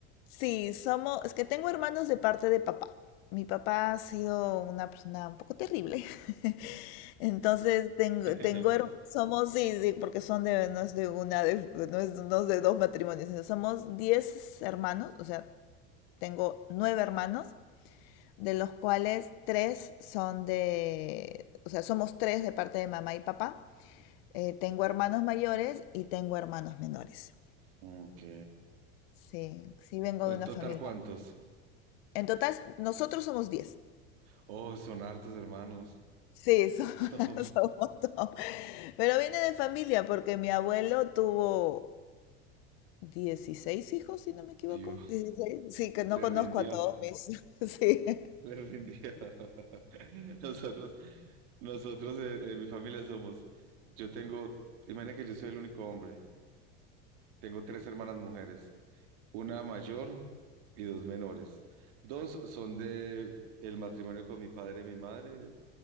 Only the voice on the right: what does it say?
<laughs>
Ok.
¿En
total
cuántos?
Oh, son hartos hermanos.
<laughs> Son muchos.
Dios,
le
rindió,
le rindió. <laughs> Nosotros, nosotros en, en mi familia somos, yo tengo, imagina que yo soy el único hombre, tengo tres hermanas mujeres. una mayor y dos menores. Dos son de el matrimonio con mi padre y mi madre, eh,